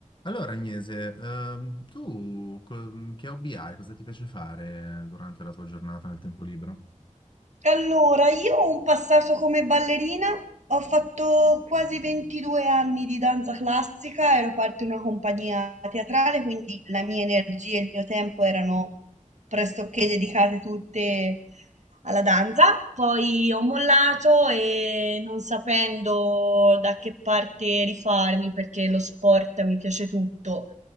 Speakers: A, on the left; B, on the right.
A: Allora, Agnese, ehm, tu co- che hobby hai? Cosa ti piace fare durante la tua giornata nel tempo libero?
B: Allora, io ho un passato come ballerina, ho fatto quasi 22 anni di danza classica, ero parte di una compagnia teatrale, quindi la mia energia e il mio tempo erano pressoché dedicate tutte alla danza. Poi ho mollato e non sapendo da che parte rifarmi, perché lo sport mi piace tutto,